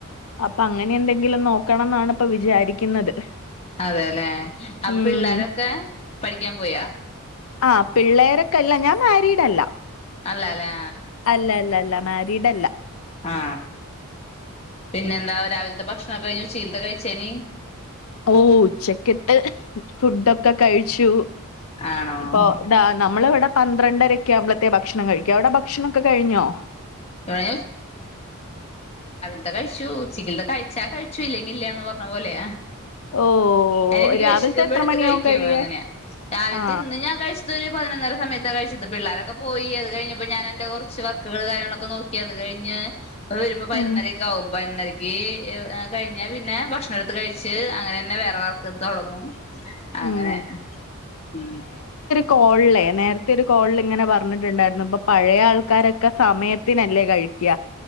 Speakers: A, on the left; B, on the left.
A: അപ്പൊ അങ്ങനെ എന്തെങ്കിലും നോക്കണം എന്നാണ് ഇപ്പ വിചാരിക്കുന്നത്
B: അതെല്ലെ അപ്പൊ
A: ഉം
B: പിള്ളാരൊക്കെ പഠിക്കാൻ പോയോ
A: ആ പിള്ളേരൊക്കെ ഞാൻ മാരീഡല്ല
B: അല്ല അല്ലേ
A: അല്ല അല്ല അല്ല മാ വീടല്ല
B: ആ പിന്നെ എന്താ രാവിലത്തെ ഭക്ഷണം കഴിഞ്ഞു ഉച്ചീയിലത്തെ കഴിച്ചീനി
A: ഓ ഉച്ചക്കട്ട് ഫുഡൊക്കെ കഴിച്ചു
B: ആണോ
A: ഇപ്പൊ ദാ നമ്മള ഇവിടെ പന്ത്രണ്ടരക്ക ആവുമ്പഴത്തെ ഭക്ഷണം കഴിക്ക അവിടെ ഭക്ഷണഒക്കെ കഴിഞ്ഞോ
B: ഇവിടെ ഇ കഴിച്ചു ഉച്ചിക്ക കഴിച്ചാ കഴിച്ചു ഇല്ലെങ്കി ഇല്ലന്ന് പറഞ്ഞ പോലെ
A: ഓ
B: അത് എനിക്ക്
A: രാവിലത്തെ
B: വിശിക്കുമ്പോ
A: എത്ര
B: എടുത്ത്
A: മണിയാവും
B: കഴിക്കും
A: കഴിയാൻ
B: അങ്ങനെ രാവിലത്തെ
A: ആ
B: ഇന്ന് ഞാൻ കഴിച്ചതു ഒരു പതിനൊന്നര സയാണ് കഴിച്ചത് പിള്ളാരൊക്കെ പോയി അത് കഴിഞ്ഞപ്പോ ഞാൻ എന്റെ കുറച്ച് വർക്കുകൾ കാര്യങ്ങളൊക്കെ ക്കെ നോക്കി അത് കഴിഞ്ഞഞ് അ വരുമ്പോ പതിനൊന്നര
A: ഉം
B: ഒക്കെ ആകും പതിനൊരക്ക് ക കഴിഞാൽ പിന്നെ ഭക്ഷണം എടുത്ത് കഴിച്ചച്ച് അങ്ങനെ തന്നെ വേറെ വർക്ക് തുടങ്ങും അങ്ങനെ
A: ഉം
B: ഉ
A: കോള്ല് നേരത്തെ ഒരു കോള് ഇങ്ങനെ പറഞ്ഞിട്ടുണ്ടായിരുന്നു ഇപ്പ പഴയ ആൾക്കാരൊക്കെ സമയത്തിനല്ലേ കഴിക്കാ